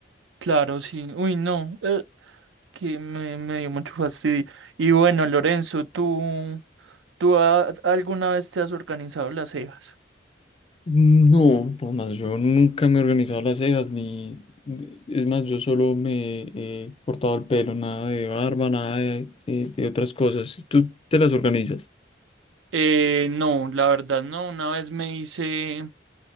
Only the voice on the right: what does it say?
Claro, sí. Uy, no, eh, que me, me dio mucho fastidio. Y bueno, Lorenzo, ¿tú, tú a- alguna vez te has organizado las cejas?
Eh, no, la verdad no. Una vez me hice